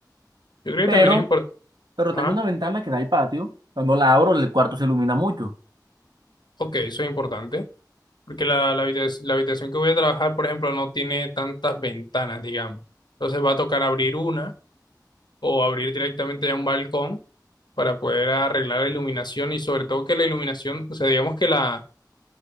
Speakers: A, on the left; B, on the right.
A: yo creo
B: Pero,
A: que también es importante,
B: pero tengo
A: ah,
B: una ventana que da al patio. Cuando la abro, el cuarto se ilumina mucho.
A: ok, eso es importante. porque la, la habitac- la habitación que voy a trabajar, por ejemplo, no tiene tantas ventanas, digamos. Entonces va a tocar abrir una o abrir directamente ya un balcón para poder arreglar la iluminación y sobre todo que la iluminación, o sea, digamos que la,